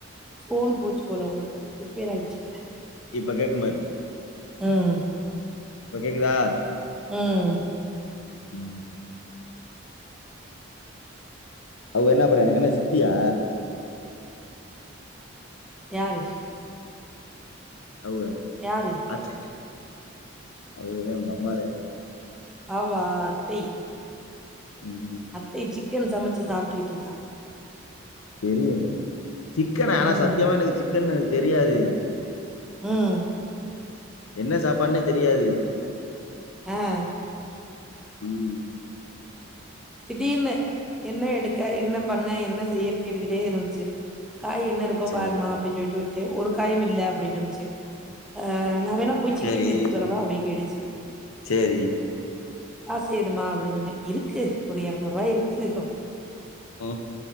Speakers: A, in the centre; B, on the left (about 80°).
A: ஃபோன் போச்சு போல ஒங்களுது ரிப்பேர் அயிச்சி
B: இப்பக்கேக்கும்பாரு
A: உம்
B: இப்ப கேக்குதா
A: உம்
B: உம் அவ என்ன பறேன் எனக்கு என்ன சிம் ப்பியா
A: யாரு
B: அவுக
A: யாரு
B: அச் அவுகதே ஒங்க அம்மாதே
A: ஆமா அத்தை
B: உம்
A: அத்தை சிக்கன் சமைச்சு சாப்டிட்டு இருக்கா
B: தெரியும் எனக்கு சிக்கன் ஆனா
A: ம்
B: சத்தியமா எனக்கு சிக்கன் எனக்கு தெரியாது
A: உம்
B: என்ன சாப்பாடுனே தெரியாது
A: ஆஹ்
B: உம்
A: திடீர்னு என்ன எடுக் க்க என்ன பண்ண என்ன செய்யனும் கேட்டுக்கிட்டே இருந்துச்சு காய் என்ன இருக்கோ
B: சரி
A: பாருமா அப்படின்னு சொல்லிட்டு விட்டு விட்டு ஒரு காயும் இல்ல அப்படின்னு சொல்லுச்சு அஹ் நான் வேணா போய் சிக்கன்
B: சரி
A: எடுத்துட்டுரவா அப்படினு கேட்டுச்சு
B: சரி
A: காசு ஏதுமா அப்படின்னு சொன்னே இருக்கு ஒரு இரநூறு ரூபாய் இருக்கு சேரி அபிடிதா
B: ஹ